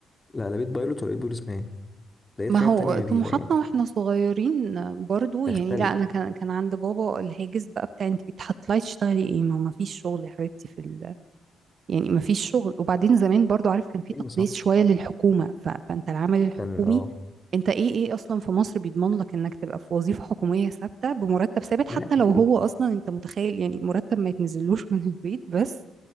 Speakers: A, on the left; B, on the right.
A: لا لا لقيت بايلوت ولقيت بوليس مان لقيت
B: ما
A: حاجات
B: هو
A: تانية
B: طموحاتنا
A: غريبة يعني
B: واحنا صغيرين برضو
A: تختلف
B: يعني لا انا كان كان عند بابا الهاجس بقى بتاع انت هتطلعي تشتغلي ايه ما ما فيش شغل يا حبيبتي في يعني ما فيش شغل وبعدين زمان برضو عارف كان في تقديس
A: ايوه صح
B: شوية للحكومة ف... فانت العمل الحكومي
A: كان اه
B: انت ايه ايه اصلا في مصر بيضمن لك انك تبقى في وظيفة حكومية ثابتة بمرتب ثابت
A: لا
B: حتى
A: ج-
B: لو هو اصلا انت متخيل يعني مرتب ما يتنزلوش من البيت بس